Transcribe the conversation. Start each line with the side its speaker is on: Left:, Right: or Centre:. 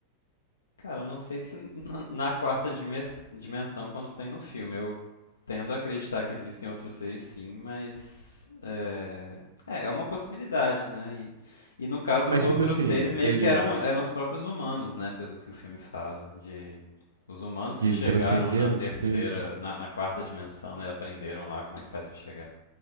Left: Cara, eu não sei se na, na quarta dimes- dimensão quando tem no filme. Eu tendo a acreditar que existem outros seres sim, mas é, é, é uma possibilidade, né? E, e no caso
Right: Mas
Left: os outros
Right: tipo assim,
Left: seres
Right: seres
Left: meio que eram, eram os próprios humanos, né? Pelo que o filme fala, de os humanos
Right: que
Left: que chegaram
Right: transcenderam,
Left: na terceira,
Right: tipo isso?
Left: na, na quarta dimensão, né? E aprenderam lá como é que faz pra chegar.